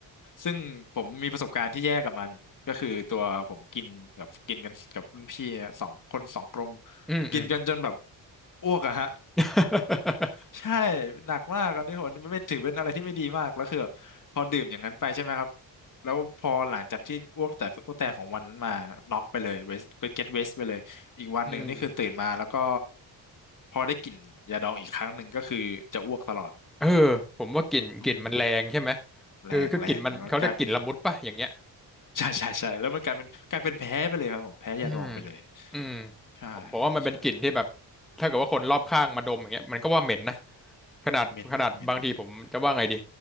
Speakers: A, on the left; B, in the centre.
A: ซึ่งผมมีประสบการณ์ที่แย่กับมันก็คือตัวผมกินแบบกินกันกับรุ่นพี่สองคนสองกลม
B: อืมอืม
A: กินกันจนแบบอ้วกอะฮะ
B: <laughs>
A: ใช่หนักมากอันนี้ผมไม่ไม่ถือเป็นอะไรที่ไม่ดีมากแล้วคือแบบพอดื่มอย่างนั้นไปใช่ไหมครับแล้วพอหลังจากที่อ้วกแตกอ้วกแตกของวันนั้นมาน็อกไปเลยเวสก็เก็ตเวสไปเลยอีกวันหนึ่งนี่คือตื่นมาแล้วก็
B: อืม
A: พอได้กลิ่นยาดองอีกครั้งหนึ่งก็คือจะอ้วกตลอด
B: เออผมว่ากลิ่นกลิ่นมันแรงใช่ไหม
A: อืมแรงแรงแล้วก็กลาย
B: คือคือกลิ่นมันเขาเรียกกลิ่นละมุดป่ะอย่างเงี้ย
A: ใช่ใช่ใช่แล้วมันกลายเป็นกลายเป็นแพ้ไปเลยครับผมแพ้ยาดองไปเลย
B: อืมอืม
A: ใช่
B: ผมผมว่ามันเป็นกลิ่นที่แบบ
A: ใช่
B: ถ้าเกิดว่าคนรอบข้างมาดมอย่างเงี้ยมันก็ว่าเหม็นนะขนาดขนาดบางทีผมจะว่าไงดี
A: เหม็นเมนนะ